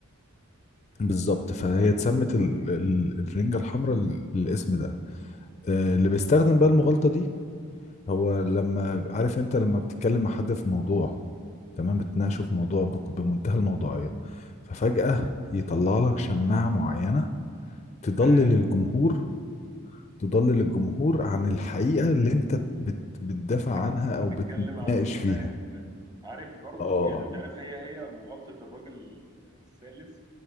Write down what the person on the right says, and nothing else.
فاهم
اه
بتك-
بتتكلم
عنها
فاهم فاهم عارف برضو
يعني مش عارف هي هي مغالطة الراجل الثالث